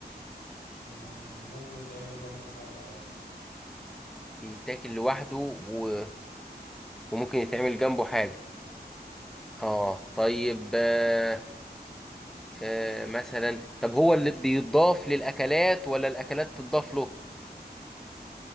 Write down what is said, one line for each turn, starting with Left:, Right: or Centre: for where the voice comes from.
Left: وممكن يتعمل جنبه حاجة عادي
Centre: بيتاكل لوحده و- وممكن يتعمل جنبه حاجة
Left: مم.
Centre: اه طيب آه آه مثلا طب هو اللي بيضاف للاكلات ولا الاكلات تضاف له